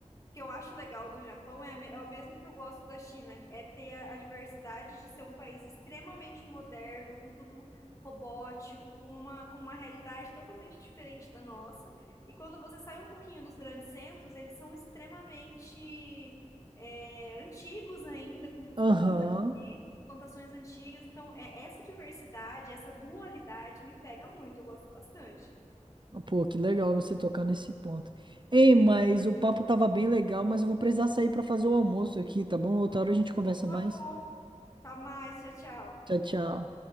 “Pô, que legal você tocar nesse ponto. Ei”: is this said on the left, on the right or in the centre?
Right